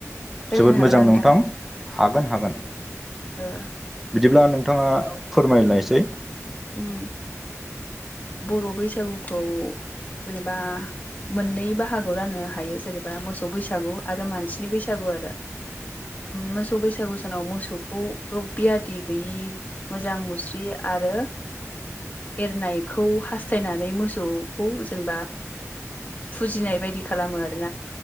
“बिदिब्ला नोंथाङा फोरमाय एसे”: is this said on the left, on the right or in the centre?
Centre